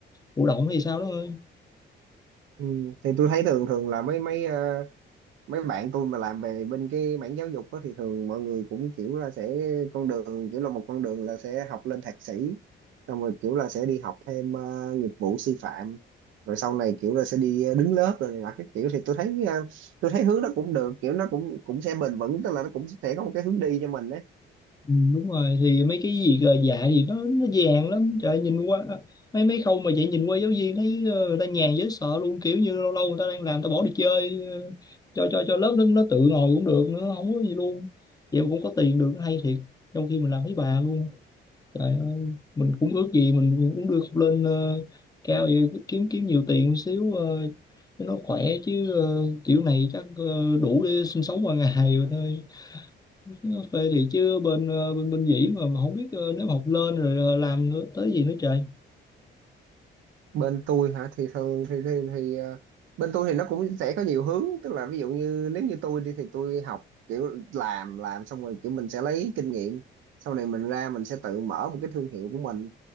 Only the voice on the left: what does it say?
thụ động hay sao đó ơi
Ừ, đúng rồi thì mấy cái gì gờ dạ thì nó nó vàng lắm trời ơi, nhìn qua mấy mấy khâu mà vậy nhìn qua giáo viên thấy ờ, người ta nhàn dễ sợ luôn kiểu như lâu lâu người ta đang làm ta bỏ đi chơi ờ, cho cho cho lớp nó nó tự ngồi cũng được nữa không có gì luôn vậy mà cũng có tiền được hay thiệt trong khi mình làm thấy bà luôn trời ơi mình cũng ước gì mình cũng đưa lên ờ, cao vậy, kiếm kiếm nhiều tiền xíu ờ, cho nó khỏe chứ ờ, kiểu này chắc ờ, đủ để sinh sống qua ngày rồi thôi Cà phê thì chứ bên ờ, bên bên dĩ mà, mà không biết ờ, nếu mà học lên rồi ờ, làm nữa tới gì nữa trời